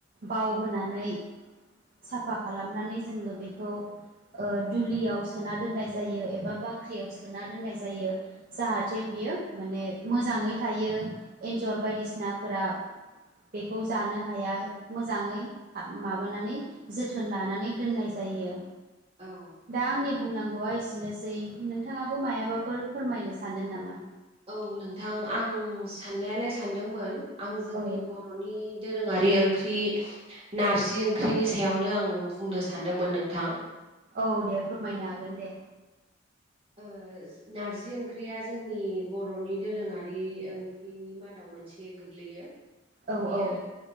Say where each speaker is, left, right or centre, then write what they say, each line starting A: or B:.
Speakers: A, on the right; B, on the right.
A: बाव होनानै साफा खालामनानै जोङो बेखौ ओ दुलियाव सोना दोननाय जायो एबा बाख्रियाव सोना दोननाय जायो जाहाथे बियो। यो माने मोजाङै थायो एन्जर बायदिसिनाफोरा बेखौ जानो हाया मोजाङै माबानानै जोथोन लानानै दोननाय जायो। जायो।
B: औ
A: दा आंनि बुंनांगौआ एसेनोसै नोंथाङाबो मायाबाफोर फोरमायनो सानदों नामा?
B: औ नोंथां आं साननायालाय सानदोंमोन। आं जोंनि
A: औ
B: बर'नि दोरोङारि ओं ख्रि नारजि ओंख्रिनि सायावनो आं बुंनो सानदोंमोन नोंथां।
A: औ दे फोरमायनो हागोन दे।
B: ओ नारजि ओंख्रिया जोंनि बर'नि दोरोङारि ओंख्रिनि मादाव मोनसे गोग्लैयो
A: औ
B: बियो
A: औ